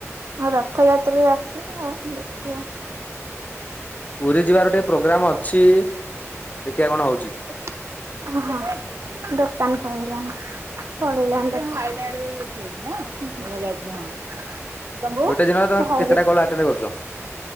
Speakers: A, on the right (about 60°); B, on the left (about 30°).
A: ଆଉ ରଥଯାତ୍ରାରେ ଆସିବ ଆଉ ଦେଖିବା।
B: ପୁରୀ ଯିବାର ଟିକେ ପ୍ରୋଗ୍ରମ୍ ଅଛି। ଦେଖିବା କଣ ହଉଛି
A: <unintelligible> ଦୋକାନ <unintelligible> <unintelligible> <unintelligible>
B: ଗୋଟେ ଦିନରେ ତମେ
A: ଘରେ
B: କେତେଟା କଲ ଆଟେଣ୍ଡ କରୁଛ